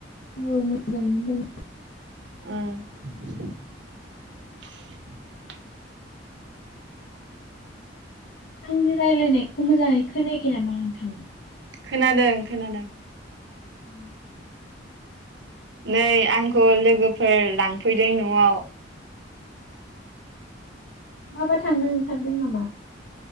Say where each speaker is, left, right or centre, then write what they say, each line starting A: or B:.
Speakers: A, on the left; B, on the right.
A: औ मोजाङै दङ।
B: औ
A: आंनि रायलायनायखौ मोजाङै खोनायाखै नामा नोंथां?
B: खोनादों खोनादों।
A: उ
B: नै आंखौ लोगोफोर लांफैदों न'आव
A: महाबा थांनो ओंखारदों नामा?